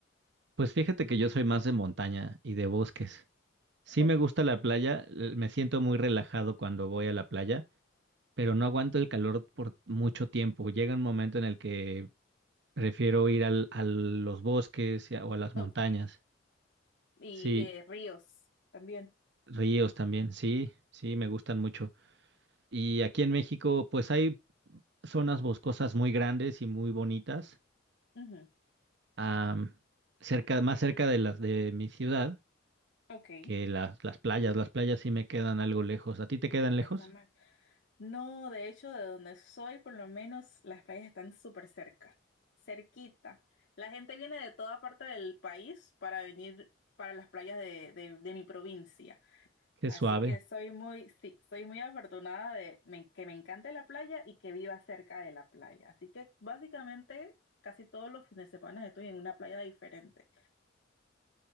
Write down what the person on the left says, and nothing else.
Ok.
ok.
y
eh, ríos también.
Ujú.
Ok,
está
mal. No, de hecho, de donde soy, por lo menos las playas están súper cerca, cerquita. La gente viene de toda parte del país para venir para las playas de, de- de mi provincia.
Así
que soy muy, sí, soy muy afortunada de me- que me encante la playa y que viva cerca de la playa. Así que básicamente casi todos los fines de semana estoy en una playa diferente.